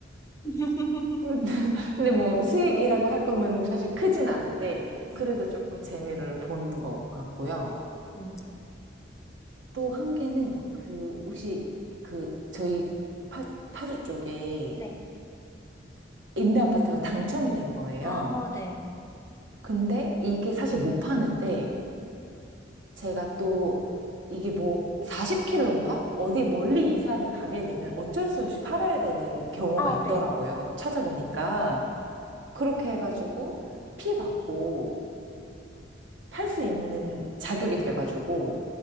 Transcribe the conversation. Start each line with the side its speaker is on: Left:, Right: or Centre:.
Left: <laughs>
Right: <laughs> 근데 뭐 수익이라고 할 거면 사실 크진 않은데
Left: 네.
Right: 그래도 조금 재미를 본 것 같고요.
Left: 음, 그-
Right: 또 한 개는 그 혹시 그 저희 파, 파주 쪽에
Left: 네.
Right: 임대 아파트가 당첨이 된 거예요.
Left: 아, 네.
Right: 근데 이게 사실 못 파는데 제가 또 이게 뭐 40킬로인가? 어디 멀리 이사를 가게 되면 어쩔 수 없이 팔아야 되는 경우가
Left: 아,
Right: 있더라고요.
Left: 네.
Right: 찾아보니까
Left: 음.
Right: 그렇게 해가지고 피 받고 팔 수 있는 자격이 돼가지고